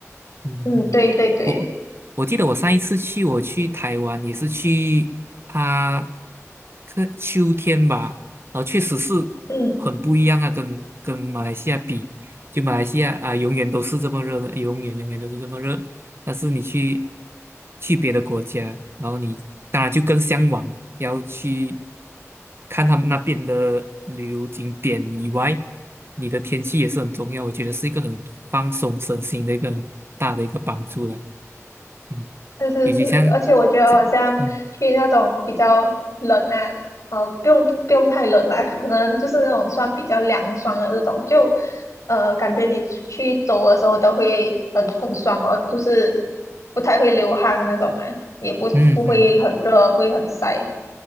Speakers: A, on the right; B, on the left.
A: 嗯嗯，
B: 嗯，对对对，
A: 我我记得我上一次去，我去台湾也是去它个秋天吧，然后确实是
B: 嗯，
A: 很不一样啊，跟跟马来西亚比。就马来西亚啊，永远都是这么热的，永远永远都是这么热。但是你去去别的国家，然后你当然就更向往要去看他们那边的旅游景点以外，你的天气也是很重要。我觉得是一个很放松身心的一个很大的一个帮助了。嗯，
B: 是是是，
A: 以及像，
B: 而且我觉得好像去那种比较冷啊，
A: 像嗯
B: 呃，不用不用太冷啦，可能就是那种算比较凉爽的这种，就呃，感觉你出去走的时候都会很很爽哦，就是不太会流汗那种嘛，也不不会很热，
A: 嗯嗯。
B: 不会很晒。